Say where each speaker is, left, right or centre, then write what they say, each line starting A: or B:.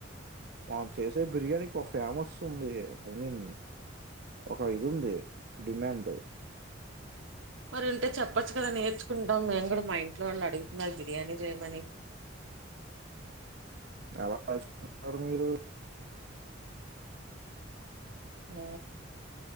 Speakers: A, on the right; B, on the right.
A: మనం చేసే బిర్యానీకి ఒక ఫేమస్ ఉంది ఐ మీన్ ఒక ఇది ఉంది డిమాండ్
B: మరి ఉంటే చెప్పచ్చు కదా నేర్చుకుంటాం మేము కూడా మా ఇంట్లో వాళ్ళు అడుగుతున్నారు బిర్యానీ చేయమని
A: ఎలా చేసుకుంటారు మీరు
B: ఆ